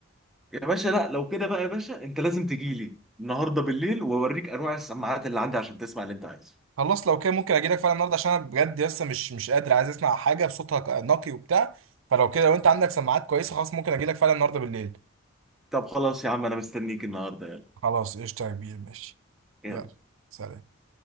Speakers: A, in the centre; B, on the right.
A: يا باشا لا لو كده بقى يا باشا انت لازم تجي لي النهارده بالليل واوريك انواع السماعات اللي عندي عشان تسمع اللي انت عايزه
B: خلاص لو كده ممكن اجي لك فعلا النهارده عشان انا بجد لسه مش مش قادر عايز اسمع حاجه بصوتها ك- نقي وبتاع فلو كده لو انت عندك سماعات كويسه خلاص ممكن اجي لك فعلا النهارده بالليل
A: طب خلاص يا عم انا مستنيك النهارده يلا
B: خلاص قشطه يا كبير ماشي
A: يلا
B: يلا سلام